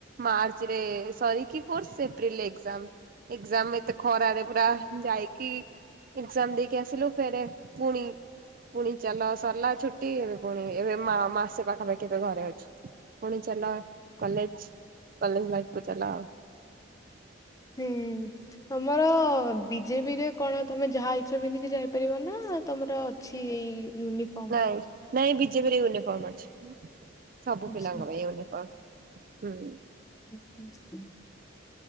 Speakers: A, on the right; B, on the left.
A: ମାର୍ଚ୍ଚରେ ସରିକି କୋର୍ସ ଏପ୍ରିଲ୍ ରେ ଏକ୍ଜାମ୍। ଏକ୍ଜାମ୍ ଏତେ ଖରାରେ ପୁରା ଯାଇକି ଏକ୍ଜାମ୍ ଦେଇକି ଆସିଲୁ ଫେରେ ପୁଣି ପୁଣି ଚାଲ ସରିଲା ଛୁଟି ଏବେ ପୁଣି ଏବେ ମା-ମାସେ ପାଖାପାଖି ଏବେ ଘରେ ଅଛୁ। ପୁଣି ଚାଲ କଲେଜ୍-କଲେଜ୍ ଲାଇଫ୍ କୁ ଚାଲ ଆଉ।
B: ହୁଁ। ତମର ବିଜେପି ରେ କଣ ତମେ ଯାହା ଇଚ୍ଛା ପିନ୍ଧିକି ଯାଇପାରିବ ନା ତମର ଅଛି ୟୁନିଫର୍ମ?
A: ନାଇଁ -ନାଇଁ ବିଜେପିରେ ୟୁନିଫର୍ମ ଅଛି ସବୁ
B: ଅଛି?
A: ପିଲାଙ୍କ ପାଇଁ ୟୁନିଫର୍ମ। ହୁଁ।
B: <inaudible>